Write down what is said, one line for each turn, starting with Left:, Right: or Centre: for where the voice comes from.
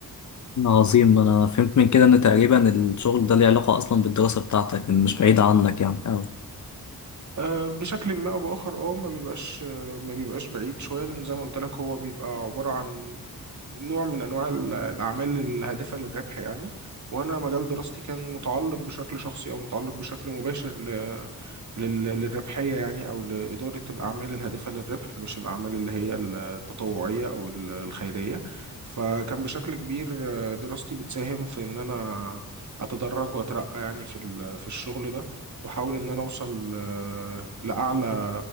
Left: عظيم أنا فهمت من كده إن تقريبا الشغل ده ليه علاقة أصلا بالدراسة بتاعتك إن مش بعيدة عنك يعني أوي.
Right: أه، بشكل ما او باخر اه ما بيبقاش أه، ما بيبقاش بعيد شويه لان زي ما قلت لك هو بيبقى عباره عن نوع من انواع ال- الاعمال الهادفه للربح يعني وانا مجال دراستي كان متعلق بشكل شخصي او متعلق بشكل مباشر ل... لل... للربحيه يعني او لاداره الاعمال الهادفه للربح مش الاعمال اللي هي التطوعيه او ال- الخيريه فكان بشكل كبير آه، دراستي بتساهم في ان انا اتدرج واترقى يعني في ال... في الشغل ده واحاول ان انا اوصل آه، لاعلى